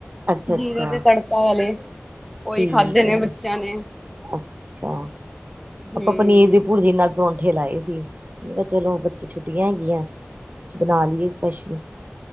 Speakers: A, on the right; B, in the centre.
A: ਅੱਛਾ
B: ਜੀਰੇ
A: ਅੱਛਾ
B: ਤੇ ਤੜਕਾ ਵਾਲੇ। ਉਹੀ
A: ਠੀਕ
B: ਖਾਧੇ ਨੇ
A: ਐ,
B: ਬੱਚਿਆਂ ਨੇ,
A: ਅੱਛਾ।
B: ਹੂੰ।
A: ਆਪਾਂ ਪਨੀਰ ਦੀ ਭੁਰਜੀ ਨਾਲ ਪਰੌਂਠੇ ਲਾਏ ਸੀ। ਮੈਂ ਕੇਹਾ ਚਲੋ ਬੱਚੇ ਛੁੱਟੀਆਂ ਹੈਗੀਆਂ, ਕੁਛ ਬਣਾ ਲਈਏ ਸਪੈਸ਼ਲ।